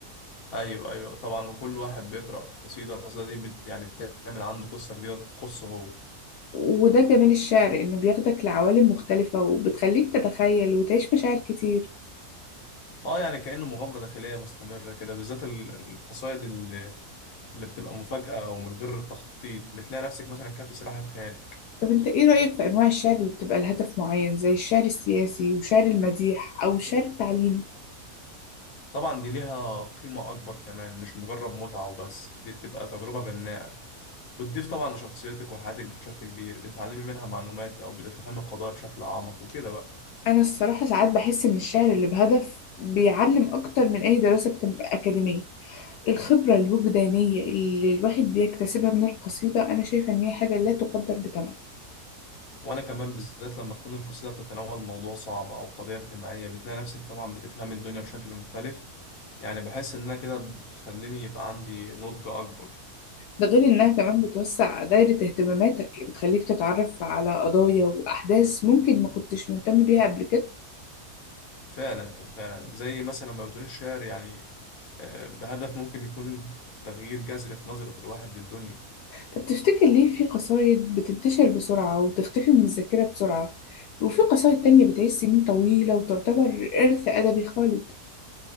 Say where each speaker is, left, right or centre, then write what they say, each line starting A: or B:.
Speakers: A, on the left; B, on the left.
A: أيوه أيوه طبعا وكل واحد بيقرأ قصيدة القصيدة دي بت يعني بتعمل عنده قصة جديدة تخصه هو
B: وده جمال الشعر إنه بياخدك لعوالم مختلفة وبتخليك تتخيل وتعيش مشاعر كتير
A: اه يعني كأنه مغامرة داخلية مستمرة كده بالذات ال- القصائد اللي, اللي بتبقى مفاجأة أو من غير تخطيط بتلاقي نفسك مثلا كاتب سلاحف خيالك
B: طب انت ايه رأيك في انواع الشعر اللي بتبقى لهدف معين زي الشعر السياسي وشعر المديح او الشعر التعليمي
A: طبعا دي ليها قيمة أكبر كمان مش مجرد متعة وبس دي بتبقى تجربة بناءة بتضيف طبعا لشخصيتك وحياتك بشكل كبير بتتعلمي منها معلومات أو بتفهمي القضايا بشكل أعمق وكده بقى
B: انا الصراحة ساعات بحس ان الشعر اللي بهدف بيعلم اكتر من اي دراسة كتاب- اكاديمية الخبرة الوجدانية اللي الواحد بيكتسبها من القصيدة انا شايفة ان هي حاجة لا تقدر بثمن
A: وأنا كمان بالذات لما تكون القصيدة بتتناول موضوع صعب أو قضية اجتماعية بتلاقي نفسك طبعا بتفهمي الدنيا بشكل مختلف يعني بحس إنها كده بتخليني يبقى عندي نضج أكبر
B: ده غير انها كمان بتوسع دايرة اهتماماتك اللي بتخليك تتعرف على قضايا واحداث ممكن ما كنتش مهتم بيها قبل كده
A: فعلا أنت فعلا زي مثلا ما بتقول الشعر يعني آه، بهدف ممكن يكون تغيير جذري في نظرة الواحد للدنيا
B: طب تفتكر ليه في قصايد بتنتشر بسرعة وتختفي من الذاكرة بسرعة وفي قصايد تانية بتعيش سنين طويلة وتعتبر إرث أدبي خالد